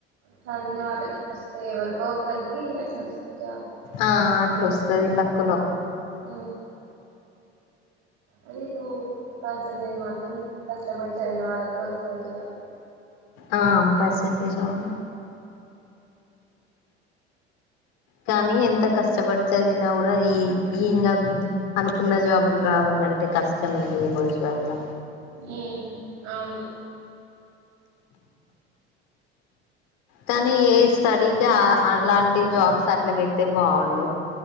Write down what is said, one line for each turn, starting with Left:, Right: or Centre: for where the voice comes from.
Right: చదివిన వాళ్ళకి వస్తాయి ఎవరికో ఒకరికి అట్లా వస్తాయి జాబ్లు
Left: ఆ వస్తది లక్కులో
Right: ఊ అదేంటో పర్సంటేజ్ మాత్రం కష్టపడి చదివిన వాళ్ళకి వస్తుంది చాలు
Left: ఆ పర్సెంటేజ్ అవును కానీ ఎంత కష్టపడి చదివినా కూడా ఈ ఈ ఇంగా అనుకున్న జాబులు రావాలంటే కష్టమండి ఈ రోజు వల్లా
Right: ఈ అవును
Left: కానీ ఏ స్టడీకి అ అలాంటి జాబ్స్ అట్లా పెడితే బాగుండు